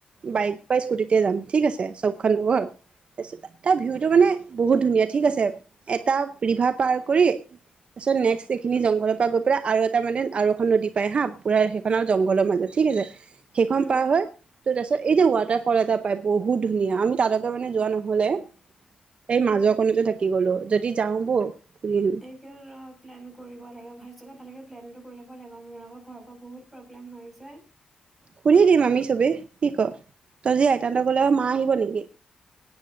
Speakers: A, on the right; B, in the centre.
A: বাইক বা স্কুটিতে যাম ঠিক আছে চবখন লগৰ তাৰপিছত তাৰ ভিউটো মানে বহুত ধুনীয়া ঠিক আছে এটা, ৰিভা পাৰ কৰি তাৰ পিছত নেক্সট এইখিনি জংঘলৰ পৰা গৈ পেলাই আৰু এটা মানে আৰু এখন নদী পায় হা, পুৰা সেইখন আৰু জংঘলৰ মাজত ঠিক আছে, সেইখন
B: উম
A: পাৰ হয়, ত 'তাৰপিছত এই যে ৱাটাৰফল এটা পাই বহুত ধুনীয়া আমি তালৈকে মানে যোৱা নহলে, এই মাজৰখনতে থাকি গলো, যদি, যাওঁ বৌ ঘূৰি আহিম
B: এইকাৰণে প্লেন কৰিব লাগে ফাৰ্ষ্টতে ভালকে, - প্লেনটো কৰি ল'ব লাগিব মোৰ লগত ঘৰৰ পৰা বহুত প্ৰব্লেম হৈ যে,
A: সুধি দিম আমি চবেই কি ক' তই যি আইতা হঁত গলে মা আহিব নেকি?